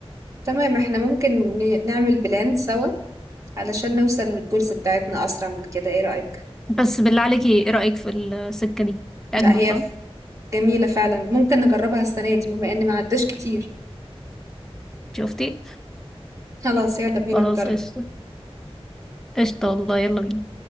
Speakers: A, on the right; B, in the centre.
A: تمام احنا ممكن ن- نعمل بلان سوا علشان نوصل للجولز بتاعتنا اسرع من كده ايه رأيك
B: بس بالله عليكي ايه رأيك في السكة دي اجمد
A: لا هي
B: صح
A: ف- جميلة فعلا ممكن نجربها السنة دي بما ان ما عداش كتير
B: شفتي
A: خلاص يلا بينا
B: خلاص
A: نجرب
B: قشطة قشطة والله يلا بينا